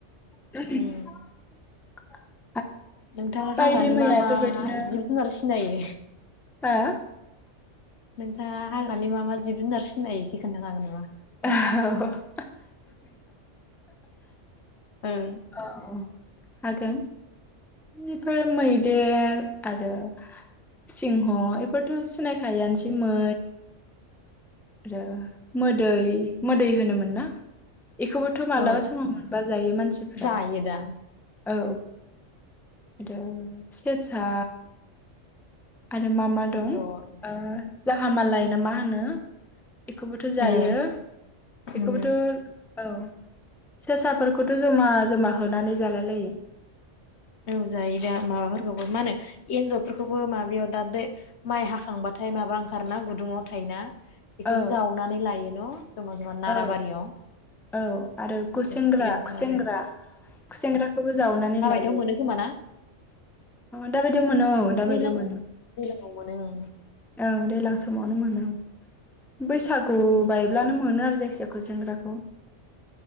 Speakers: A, in the centre; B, on the left.
A: <unintelligible>
B: उम नोंथाङा
A: बायदि
B: हाग्रानि
A: मैया
B: मा
A: बेफोरबायदिनो
B: मा
A: हो
B: जिब जुनार सिनायो <inaudible>
A: <unintelligible>
B: नोंथाङा हाग्रानि मा मा जिब जुनार सिनायो एसे खोन्थानो हागोन नामा
A: <unintelligible> <inaudible> अ
B: ओं
A: औ हागोन बेफोर मैदेर आरो सिंह इफोरथ' सिनायखायोआनोसै मै आरो <unintelligible> दै मोदै होनोमोन ना बेखौबोथ' मालाबा
B: औ
A: समाव मोनबा जायो मानसिफ्रा
B: जायो दा
A: औ आरो सेसा आरो मा मा
B: एन्जर
A: दं ओ हामाालाय ना मा होनो बेखौ
B: ओं
A: जायो बेखौबोथ'
B: उम
A: औ सेसाफोरखौथ' जमा जमा होनानै जालाय लायो
B: औ जायो दा माबाफोरखौबो मा होनो एन्नजरफोरखौबो माबा <unintelligible> माइ हाखांबाथाय माबा खारना गुदुङाव थायोना बेखौबो
A: औ
B: जावनानै लायो न' जमा जमा नाराबारियाव
A: औ औ आरो गुसेंग्रा
B: सिगांथ'
A: खुसेेंग्रा
B: आरो
A: खुसेंग्राखौबो जावनानै लाय
B: बेयाव मोनो खोमा ना
A: दाबायदियाव मोनो औ दाबायदियाव
B: दैलांआव
A: मोनो
B: दैलांआव मोनो उम
A: ओं दैलां समावनो मोनो बैसागु
B: उम
A: बायब्लानो मोनो जायखिया खुसेंग्राखौ